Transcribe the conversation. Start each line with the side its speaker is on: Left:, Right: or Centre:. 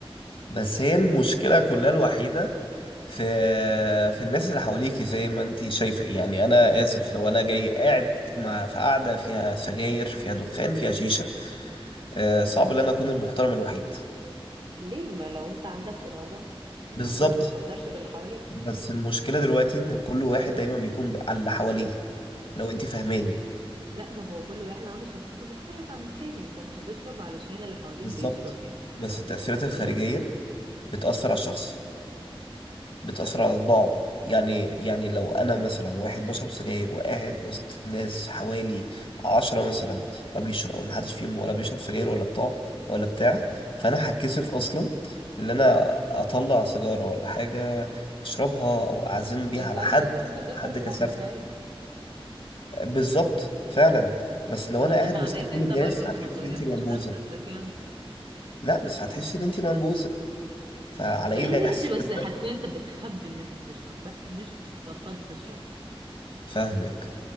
Left: بس هي المشكلة كلها الوحيدة في في الناس اللي حواليكي زي ما انتي شايفة يعني انا اسف لو انا جاي قاعد مع في قعدة فيها سجاير فيها دخان فيها شيشة آه، صعب ان انا اكون المحترم الوحيد
Right: ليه ما لو أنت عندك إرادة المفروض
Left: بالظبط
Right: ما تتأثرش باللي حواليك
Left: بس المشكلة دلوقتي ان كل واحد دايما بيكون ب- على اللي حواليه لو انتي فاهماني
Right: لا ما هو كل واحد عنده شخصيته مختلفة عن التاني انت مش هتشرب علشان اللي حواليك
Left: بالظبط
Right: بيشرب يعني
Left: بس التأثيرات الخارجية
Right: ده المفروض
Left: بتأثر على الشخص بتأثر على طباعه يعني يعني لو أنا مثلا واحد بشرب سجاير وقاعد وسط ناس حوالي عشرة مثلا ما بيشرب ما حدش فيهم ولا بيشرب سجاير ولا بتاع ولا بتاع فأنا هتكسف أصلا إن أنا أطلع سيجارة ولا حاجة أشربها أو أعزم بيها
Right: بس
Left: على
Right: عادي
Left: حد
Right: بس ممكن تشرب
Left: حد
Right: لوحدك
Left: كسفني
Right: عادي
Left: بالظبط فعلا بس لو
Right: فده
Left: أنا قاعد
Right: معناه
Left: وسط
Right: ان
Left: كل
Right: انت
Left: الناس
Right: برضو ما
Left: هتحسي
Right: غيرتش
Left: إن أنت منبوذة
Right: ده من نفسك يعني
Left: لا بس هتحسي إن أنت منبوذة فعلى
Right: بقى
Left: إيه
Right: إيه
Left: الإحساس
Right: ماشي بس هتكون
Left: ده
Right: انت بتخبي ان انت بتشرب بس مش بطلت تشرب
Left: فاهمك